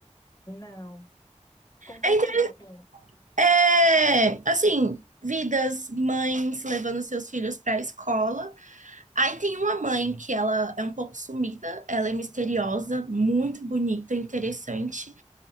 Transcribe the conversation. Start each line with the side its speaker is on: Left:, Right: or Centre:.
Left: Não. Conta
Right: É,
Left: o
Right: inte-
Left: que no filme?
Right: é, assim, vidas, mães levando seus filhos para a escola. Aí tem uma mãe que ela é um pouco sumida, ela é misteriosa, muito bonita, interessante.